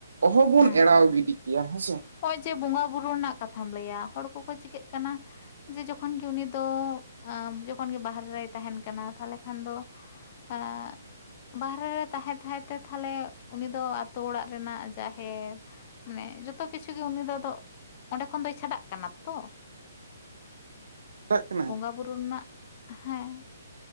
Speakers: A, on the right; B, on the left.
A: ᱚᱦᱚ ᱵᱚᱱ
B: ᱦᱮᱸ
A: ᱮᱲᱟᱣ ᱜᱤᱰᱤ ᱠᱮᱭᱟ ᱦᱮᱸᱥᱮ᱾
B: ᱱᱚᱜᱼᱚᱭ ᱡᱮ ᱵᱚᱸᱜᱟ ᱵᱩᱨᱩ ᱨᱮᱱᱟᱜ ᱠᱟᱛᱷᱟᱢ ᱞᱟᱹᱭᱟ ᱦᱚᱲ ᱠᱚᱠᱚ ᱪᱤᱠᱟᱹᱜ ᱠᱟᱱᱟ᱾ ᱡᱮ ᱡᱚᱠᱷᱚᱱ ᱜᱮ ᱩᱱᱤ ᱫᱚ ᱡᱚᱠᱷᱚᱱ ᱜᱮ ᱵᱟᱦᱨᱮ ᱨᱮᱭ ᱛᱟᱦᱮᱸᱱ ᱠᱟᱱᱟ ᱛᱟᱦᱚᱞᱮ ᱠᱷᱟᱱ ᱫᱚ᱾ ᱦᱟᱸᱻ ᱵᱟᱦᱨᱮ ᱨᱮ ᱛᱟᱦᱮᱸ ᱛᱟᱦᱮᱸ ᱛᱮ ᱛᱟᱦᱞᱮ ᱩᱱᱤ ᱫᱚ ᱟᱛᱳ ᱚᱲᱟᱜ ᱨᱮᱱᱟᱜ ᱡᱟᱦᱮᱨ᱾ ᱢᱟᱱᱮ ᱡᱚᱛᱚ᱾ ᱠᱤᱪᱷᱩ ᱜᱮ ᱩᱱᱤ ᱫᱚ ᱟ ᱚᱸᱰᱮ ᱠᱷᱚᱱ ᱫᱚᱭ ᱪᱷᱟᱰᱟᱜ ᱠᱟᱱᱟ ᱛᱚ᱾
A: ᱪᱟᱜ ᱠᱟᱱᱟᱭ
B: ᱵᱚᱸᱜᱟ ᱵᱩᱨᱩ ᱨᱮᱱᱟᱜ ᱦᱮᱸ